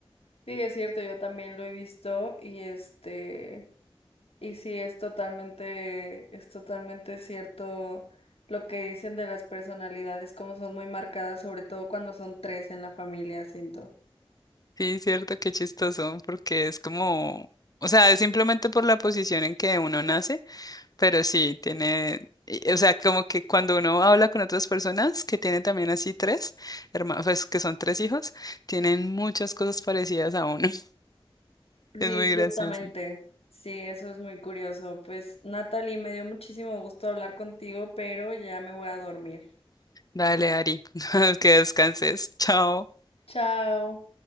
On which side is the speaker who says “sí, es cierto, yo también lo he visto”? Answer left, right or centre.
Left